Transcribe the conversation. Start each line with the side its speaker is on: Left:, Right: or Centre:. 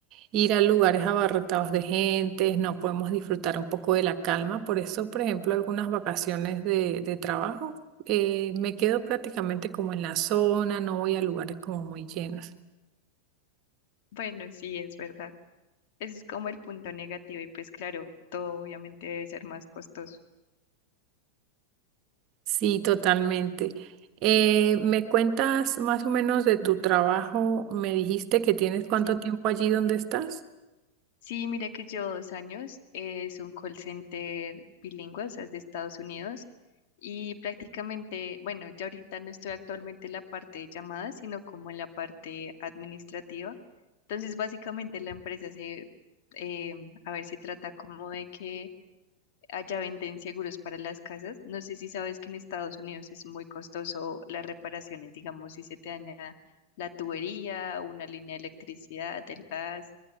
Right: ir a lugares abarrotados de gente, no podemos disfrutar un poco de la calma. Por eso, por ejemplo, algunas vacaciones de, de trabajo eh, me quedo prácticamente como en la zona, no voy a lugares como muy llenos.
Left: Bueno, sí, es verdad. Ese es como el punto negativo y pues claro, todo obviamente debe ser más costoso.
Right: Sí, totalmente. Eh, ¿me cuentas más o menos de tu trabajo? Me dijiste que tienes cuánto
Left: Sí.
Right: tiempo allí donde estás.
Left: Sí, mira que yo dos años es un call center bilingüe, o sea, es de Estados Unidos y prácticamente, bueno, ya ahorita no estoy actualmente en la parte de llamadas, sino como en la parte administrativa. Entonces, básicamente la empresa se, em, a ver, se trata como de que allá venden seguros para las casas. No sé si sabes que en Estados Unidos es muy costoso las reparaciones, digamos, si se te daña la tubería, una línea de electricidad, del gas,